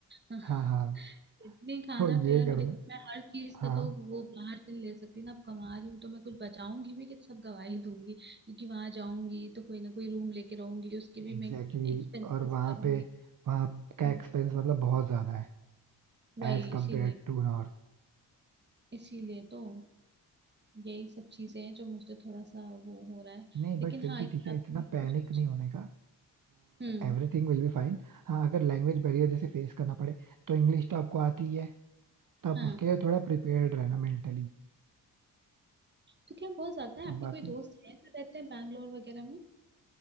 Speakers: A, on the right (about 25°); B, on the right (about 50°).
A: <laughs>
B: हाँ हाँ
A: इतनी खाना
B: तो ये
A: तो यार
B: करना
A: मैं देखो मैं हर चीज
B: हाँ
A: का तो वो बाहर से नहीं ले सकती ना अब कमा रही हूँ तो मैं कुछ बचाऊंगी भी कि सब गवा ही दूंगी क्योंकि वहां जाऊंगी तो कोई ना कोई रूम लेके रहूंगी उसके
B: Exactly
A: भी मैं एक्सपेंसेस
B: exactly. और वहाँ
A: करूंगी
B: पे वहाँ का
A: हम्म,
B: एक्सपेंस मतलब बहुत ज्यादा है
A: वही
B: एज
A: इसीलिए
B: कम्पेयर टू नॉर्थ
A: इसीलिए तो यही सब चीजें हैं जो मुझे थोड़ा सा वो हो रहा है
B: नहीं बट
A: लेकिन
B: फिर
A: हाँ
B: भी
A: ये
B: ठीक है
A: आपने
B: इतना पैनिक
A: कुछ कुछ
B: नहीं होने का
A: हम्म
B: Everything will be fine हाँ अगर लैंग्वेज बैरियर जैसे फेस करना पड़े तो इंग्लिश तो आपको आती ही है तो आप
A: हाँ
B: उसके लिए थोड़ा प्रिपेयर्ड रहना मेंटली
A: तो क्या बहुत ज्यादा है आपके
B: बाकी
A: कोई दोस्त हैं जो रहते हैं बैंगलोर वगैरह में